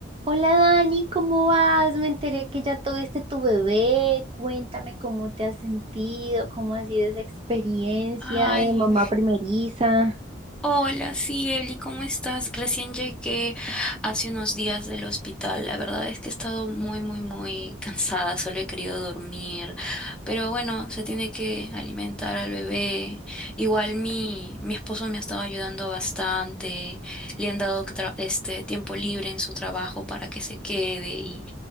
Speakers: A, on the right; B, in the centre.
A: Hola Dani, ¿cómo vas? Me enteré que ya tuviste tu bebé. Cuéntame cómo te has sentido, cómo ha sido esa experiencia
B: Ay,
A: de mamá primeriza.
B: hola, sí, Eli, ¿cómo estás? Recién llegué hace unos días del hospital. La verdad es que he estado muy, muy, muy cansada, solo he querido dormir. Pero bueno, se tiene que alimentar al bebé. Igual mi, mi esposo me ha estado ayudando bastante. Le han dado tra- este tiempo libre en su trabajo para que se quede y